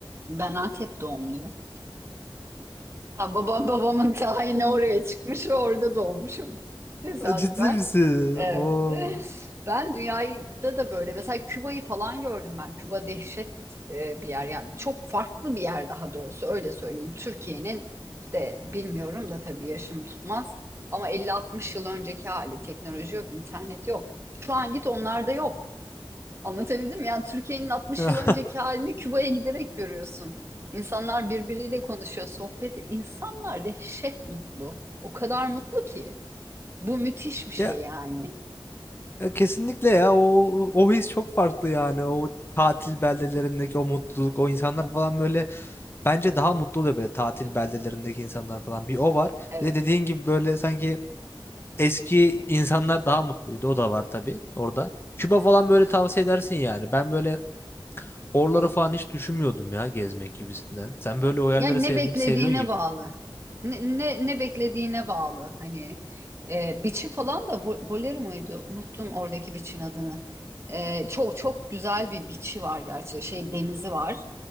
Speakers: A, on the right; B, on the left.
A: Ben Antep doğumluyum. Ya babam babamın tayini
B: <laughs>
A: oraya çıkmış ve orada doğmuşum. Tesadüfen.
B: Ciddi misin?
A: Evet.
B: Oo.
A: Ben dünyada da böyle mesela Küba'yı falan gördüm ben. Küba dehşet e, bir yer yani çok farklı bir yer daha doğrusu öyle söyleyeyim. Türkiye'nin işte bilmiyorum da tabii yaşım tutmaz ama 50-60 yıl önceki hali teknoloji yok, internet yok. Şu an git onlarda yok. Anlatabildim mi? Yani Türkiye'nin 60
B: <laughs>
A: yıl önceki halini Küba'ya giderek görüyorsun. İnsanlar birbiriyle konuşuyor, sohbet. İnsanlar dehşet mutlu. O kadar mutlu ki. Bu müthiş bir şey
B: Ya
A: yani.
B: E, Kesinlikle ya o o his çok farklı yani o tatil beldelerindeki o mutluluk o insanlar falan böyle bence daha mutlu oluyor böyle tatil beldelerindeki insanlar falan bir o var
A: Evet.
B: bir de dediğin gibi böyle sanki eski insanlar daha mutluydu o da var tabii orada Küba falan böyle tavsiye edersin yani ben böyle oraları falan hiç düşünmüyordum ya gezmek gibisinden sen böyle o yerleri
A: Yani
B: sev
A: ne beklediğine
B: seviyorsun gibi
A: bağlı. Ne, ne, ne beklediğine bağlı. Hani e, biçi falan da bo- bolero muydu? Unuttum oradaki biçin adını. E, çok çok güzel bir biçi var gerçi. Şey denizi var.